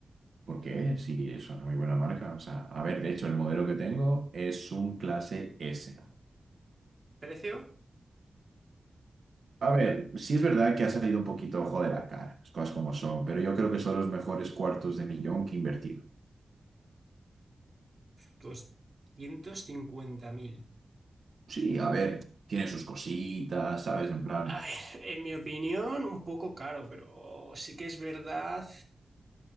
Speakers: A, on the right (about 55°); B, on the right (about 30°).
A: ¿Por qué? Sí, es una muy buena marca. O sea, a ver, de hecho, el modelo que tengo es un clase S.
B: ¿Precio?
A: A ver, sí es verdad que ha salido un poquito ojo de la cara, las cosas como son, pero yo creo que son los mejores cuartos de millón que he invertido.
B: doscientos cincuenta mil.
A: Sí, a ver, tiene sus cositas, ¿sabes? En plan,
B: A ver, en mi opinión, un poco caro, pero sí que es verdad